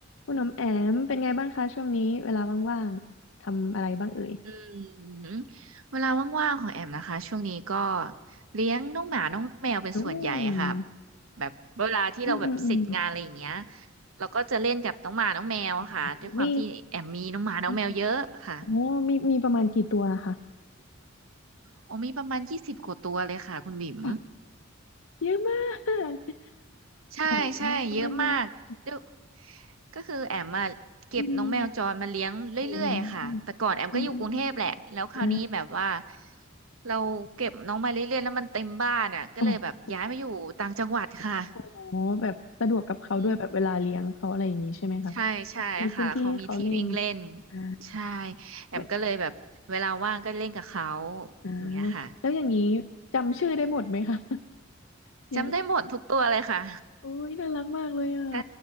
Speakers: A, on the left (about 80°); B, on the right (about 90°).
A: คุณน้ำแอมเป็นไงบ้างคะช่วงนี้เวลาว่างๆทำอะไรบ้างเอ่ย
B: อืมเวลาว่างๆของแอมนะคะช่วงนี้ก็เลี้ยงน้องหมาน้องแมวเป็นส่วนใหญ่ค่ะ
A: อืม
B: แบบเวลาที่เราแบบเสร็จงานอะไรอย่างเงี้ย
A: อืมอืมอืม
B: เราก็จะเล่นกับน้องหมาน้องแมวค่ะด้วยความที่แอมมีน้องหมาน้องแมวเยอะค่ะ
A: มีอืมโอ้มีมีประมาณกี่ตัวคะ
B: โอ้มีประมาณยี่สิบกว่าตัวเลยค่ะคุณบิ๋ม
A: อ๋อเยอะมาก
B: ใช่ใช่เยอะมากดู
A: โอ้เยอะมากเยอะมาก
B: ก็คือแอมมาเก็บน้องแมวจรมาเลี้ยงเรื่อยๆค่ะแต่ก่อนแอมก็อยู่กรุงเทพแหละแล้วคราวนี้แบบว่า
A: อืมโอ้โอืมอืมอ่า
B: เราเก็บน้องมาเรื่อยๆแล้วมันเต็มบ้านอ่ะก็เลยแบบย้ายมาอยู่ต่างจังหวัดค่ะ
A: ออโอ๋แบบสะดวกกับเขาด้วยแบบเวลาเลี้ยงเขาอะไรอย่างนี้ใช่ไหมคะมีมีพื้นที่ให้เขาเล่น
B: อืมใช่ใช่ค่ะเขามีที่วิ่งเล่น
A: อ่า
B: ใช่แอมก็เลยแบบเวลาว่างก็เล่นกับเขา
A: และอ่า
B: อย่างเงี้ยค่ะ
A: แล้วอย่างนี้จำชื่อได้หมดไหมคะ <laughs> เยอะมาก
B: จำได้หมดทุกตัวเลยค่ะ
A: โอ้ยน่ารักมากเลยอ่ะ
B: เออ